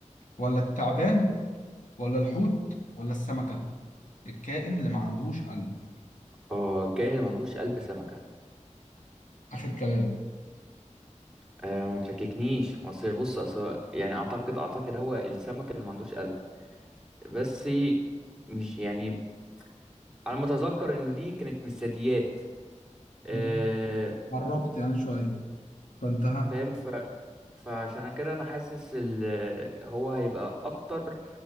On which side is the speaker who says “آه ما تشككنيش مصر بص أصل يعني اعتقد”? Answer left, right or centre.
Centre